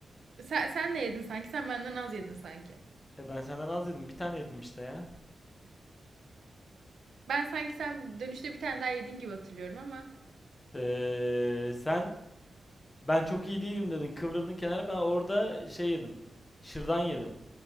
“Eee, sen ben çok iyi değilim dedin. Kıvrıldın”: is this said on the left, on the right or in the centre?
Left